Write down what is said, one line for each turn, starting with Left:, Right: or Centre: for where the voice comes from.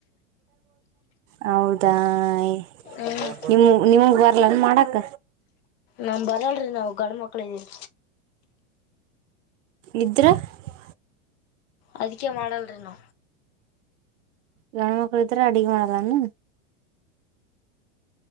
Right: ಹೌದಾ-
Left: ಹ್ಮ್
Right: ನಿ- ನಿಮಗ್- ಬ ಮಾಡಕ್
Left: ನಮ್ ಬರಲ್ರಿ ನಾವು ಗಂಡ ಮಕ್ಳ ಇದೀವಿ
Right: ಇಗ <unintelligible>
Left: ಅದಕ್ಕೆ ಮಾಡಲ್ರಿ ನಾ.
Right: ಗಂಡ ಮಕ್ಳು ಇದ್ರೆ ಅಡಗ್ ಮಾಡಿದ್ದಾನೆಂದು